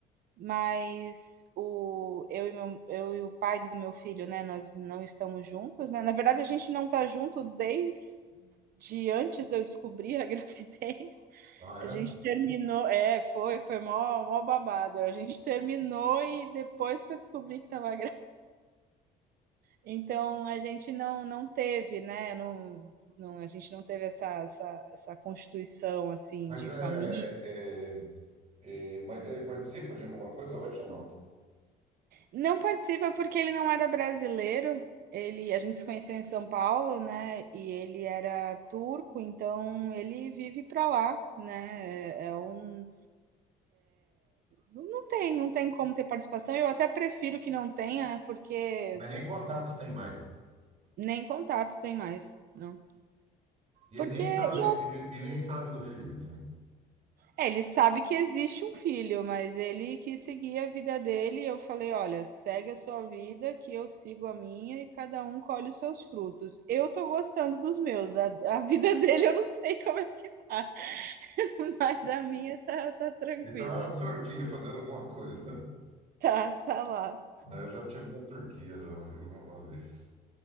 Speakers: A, on the right (about 60°); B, on the right (about 40°).
A: mas o, eu, e meu, eu e o pai do meu filho, né? Nós não estamos juntos, né? Na verdade, a gente não está junto desde antes de eu descobrir a <laughs> gravidez.
B: Ah, é?
A: A gente terminou, é, foi, foi mó, mó babado. A gente terminou e depois que eu descobri que estava então a gente não, não teve, né? Não, não, a gente não teve essa, essa, essa constituição assim
B: Mas
A: de
B: é,
A: família.
B: é, é, mas ele participa de alguma coisa hoje? Não.
A: Não participa porque ele não era brasileiro. Ele, a gente se conheceu em São Paulo, né? E ele era turco, então ele vive para lá, né? É, é um não tem, não tem como ter participação. Eu até prefiro que não tenha, porque
B: Mas nem contato tem mais.
A: nem contato tem mais, não.
B: E
A: Porque
B: ele nem sabe,
A: e
B: ele, ele nem sabe do filho também.
A: É, ele sabe que existe um filho, mas ele quis seguir a vida dele. E eu falei: olha, segue a sua vida, que eu sigo a minha e cada um colhe os seus frutos. Eu tô gostando dos meus, a, a vida <laughs> dele eu não sei como é que tá, <laughs> mas a minha tá, tá tranquila.
B: Ele está lá na Turquia fazendo alguma coisa, né?
A: Tá, tá lá.
B: É, Eu já tive na Turquia já uma uma vez.